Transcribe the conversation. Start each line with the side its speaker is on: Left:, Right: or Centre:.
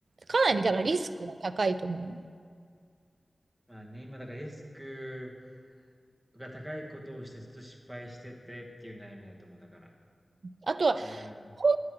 Right: かなりだからリスクが高いと思うよ。
Centre: うん。まあね、今だからリスクが高いことをしてずっと失敗しててっていう悩みだと思うんだから。
Right: あとは
Centre: うん。
Right: 本